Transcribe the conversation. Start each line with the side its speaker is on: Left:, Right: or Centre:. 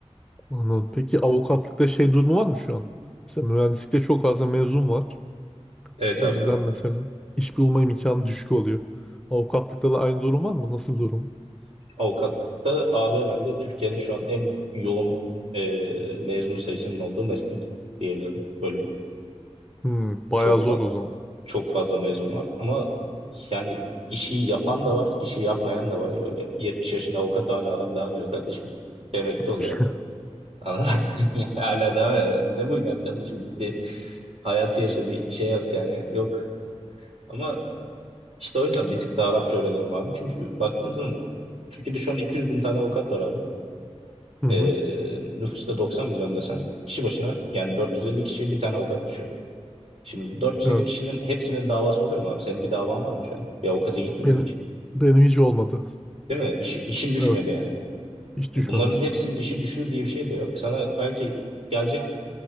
Centre: anladım. Peki avukatlıkta şey durumu var mı şu an? Mesela mühendislikte çok fazla mezun var.
Right: Evet
Centre: O
Right: abi.
Centre: yüzden mesela iş bulma imkanı düşük oluyor. Avukatlıkta da aynı durum var mı? Nasıl durum?
Right: Avukatlıkta abi herhalde Türkiye'nin şu an en yoğun e, mezun sayısının olduğu meslek diyebilirim bölüm.
Centre: Hmm, bayağı
Right: Çok
Centre: zor
Right: fa-
Centre: o zaman.
Right: çok fazla mezun var ama yani işi yapan da var, işi yapmayan da var. Böyle 70 yaşında avukat hala adam devam ediyor kardeşim. Emekli
Centre: <laughs>
Right: oluyor. Anladın mı? <laughs> Hala devam ediyor. Ne bu inat kardeşim git bir hayatı yaşa bir şey yap yani yok. Ama işte o yüzden bir tık daha Arapça öğreniyorum abi. Çünkü baktığın zaman Türkiye'de şu an 200 bin tane avukat var abi.
Centre: Hı hı.
Right: Ee, nüfus da 90 milyon desen kişi başına yani 450 kişiye bir tane avukat düşüyor. Şimdi bu 450
Centre: Evet.
Right: kişinin hepsinin davası oluyor mu abi? Senin bir davan var mı şu an? Bir avukata gittin
Centre: Benim,
Right: mi hiç?
Centre: benim hiç olmadı.
Right: Değil mi? İşi, işin düşmedi
Centre: Evet.
Right: yani.
Centre: Hiç
Right: E
Centre: düşmedim.
Right: bunların hepsinin işi düşüyor diye bir şey de yok. Sana belki gelecek